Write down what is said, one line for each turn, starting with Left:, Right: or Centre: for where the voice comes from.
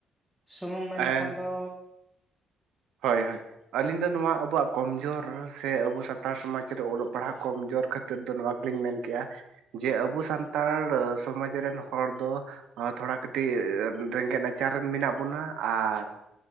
Centre: ᱥᱩᱢᱩᱝ ᱢᱮᱱ
Right: ᱮᱱ
Centre: ᱞᱮᱠᱷᱟᱱ ᱫᱚ
Right: ᱦᱳᱭ ᱦᱳᱭ ᱟᱹᱞᱤᱧ ᱫᱚ ᱱᱚᱣᱟ ᱟᱵᱚᱣᱟᱜ ᱠᱚᱢᱡᱳᱨ ᱥᱮ ᱟᱵᱚ ᱥᱟᱱᱛᱟᱲ ᱥᱚᱢᱟᱡᱽ ᱨᱮ ᱚᱞᱚᱜ ᱯᱟᱲᱦᱟᱜ ᱠᱚᱢᱡᱳᱨ ᱠᱷᱟᱹ ᱛᱤᱨ ᱫᱚ ᱱᱚᱣᱟ ᱜᱮᱞᱤᱧ ᱢᱮᱱ ᱠᱮ-ᱟ ᱡᱮ ᱟᱵᱚ ᱥᱟᱱᱛᱟᱲ ᱥᱚᱢᱟᱡᱽ ᱨᱮᱱ ᱦᱚᱲ ᱫᱚ ᱛᱷᱚᱲᱟ ᱠᱟᱹᱴᱤᱡ ᱨᱮᱸᱜᱮᱡ ᱱᱟᱪᱟᱨ ᱨᱮᱱ ᱢᱮᱱᱟᱜ ᱵᱚᱱᱟ ᱟᱨ